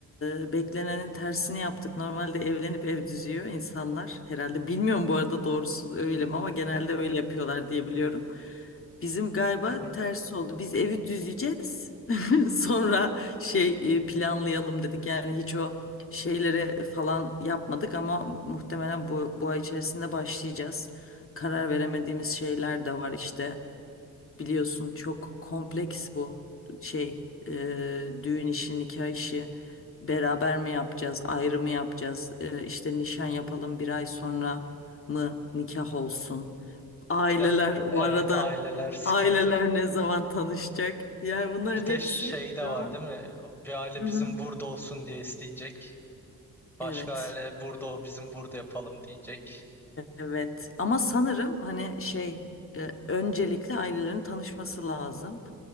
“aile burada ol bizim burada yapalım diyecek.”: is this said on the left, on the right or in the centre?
Centre